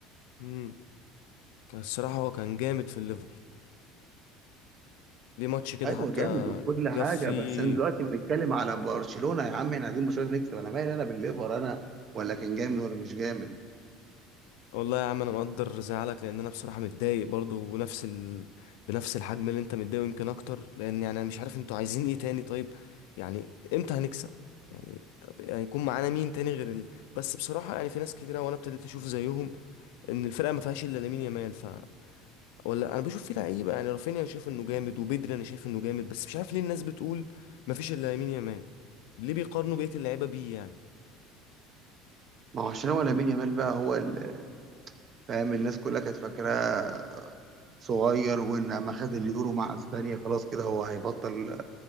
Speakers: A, on the left (about 85°); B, on the right (about 35°).
A: امم كان الصراحه هو كان جامد في الليفر ليه ماتش كده
B: ايوه
A: حتى
B: جامد وكل
A: جاب
B: حاجه
A: فيه
B: بس انا دلوقتي بنتكلم على برشلونه يا عم احنا عايزين برشلونه نكسب انا مالي انا بالليفر انا ولا كان جامد ولا مش جامد
A: والله يا عم انا مقدر زعلك لان انا بصراحه متضايق برضو ونفس ال... بنفس الحجم اللي انت متضايق يمكن اكتر لان يعني انا مش عارف انتوا عايزين ايه تاني طيب يعني امتى هنكسب يعني طب هيكون معانا مين تاني غير ال... بس بصراحه يعني في ناس كتيره وانا ابتديت اشوف زيهم ان الفرقه ما فيهاش الا لامين يامال ف ولا انا بشوف فيه لعيبه يعني رافينيا انا شايف انه جامد وبدري انا شايف انه جامد بس مش عارف ليه الناس بتقول مفيش الا يمين يامال ليه بيقارنوا بقيه اللعيبه بيه يعني
B: ما هو عشان هو لامين يامال بقى هو ال- فاهم الناس كلها كانت فاكراه صغير وان ما خد اليورو مع اسبانيا خلاص كده هو هيبطل